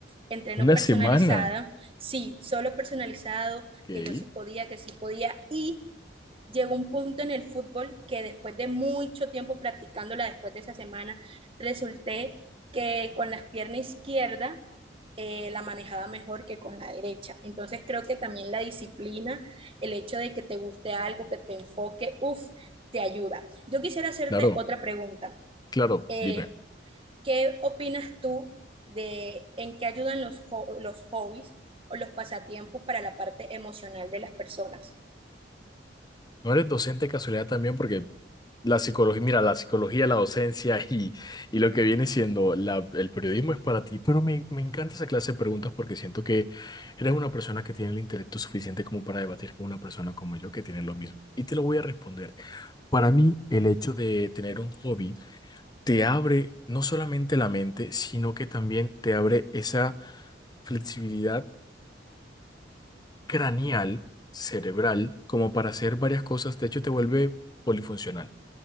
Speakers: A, on the right; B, on the left.
A: entreno
B: Una
A: personalizado,
B: semana.
A: sí, solo personalizado,
B: Ok.
A: que yo sí podía, que sí podía, y llegó un punto en el fútbol que después de mucho tiempo practicándola, después de esa semana, resulté que con la pierna izquierda eh, la manejaba mejor que con la derecha. Entonces creo que también la disciplina, el hecho de que te guste algo, que te enfoque, uff, te ayuda. Yo quisiera hacerte
B: Claro,
A: otra pregunta.
B: claro,
A: Eh,
B: dime.
A: ¿qué opinas tú de en qué ayudan los, ho- los hobbies o los pasatiempos para la parte emocional de las personas?
B: No eres docente de casualidad también porque la psicología, mira, la psicología, la docencia <laughs> y, y lo que viene siendo la- el periodismo es para ti, pero me, me encanta esa clase de preguntas porque siento que eres una persona que tiene el intelecto suficiente como para debatir con una persona como yo que tiene lo mismo. Y te lo voy a responder. Para mí, el hecho de tener un hobby te abre no solamente la mente, sino que también te abre esa flexibilidad craneal, cerebral, como para hacer varias cosas. De hecho, te vuelve polifuncional